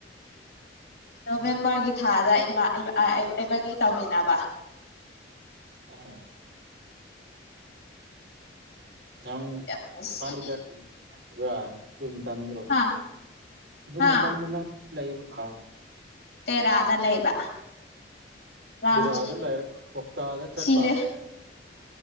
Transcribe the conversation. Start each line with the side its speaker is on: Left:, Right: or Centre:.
Left: ꯅꯕꯦꯝꯕꯔꯒꯤ
Right: ꯎꯝ
Left: ꯊꯥꯗ ꯏꯃꯥ ꯏꯝ ꯑ ꯑꯦ ꯏꯕꯅꯤ ꯇꯧꯃꯤꯟꯅꯕ
Right: ꯑꯍꯣ ꯂꯪ
Left: ꯌꯥꯝ ꯅꯨꯡꯁꯤ
Right: ꯀꯥꯏꯗ ꯕꯔꯥ ꯑꯗꯨ ꯃꯇꯝꯗꯨ
Left: ꯍꯥ
Right: ꯑꯗꯨ
Left: ꯍꯥ
Right: ꯃꯇꯝꯗ ꯅꯪ ꯂꯩꯕ꯭ꯔꯥ
Left: ꯇꯦꯔꯥꯗ ꯂꯩꯕ ꯔꯥꯝꯖꯤ
Right: ꯇꯦꯔꯥꯗ ꯂꯩꯔꯒ ꯀꯣꯛꯇꯥꯗ ꯆꯠꯄ
Left: ꯁꯤꯔꯦ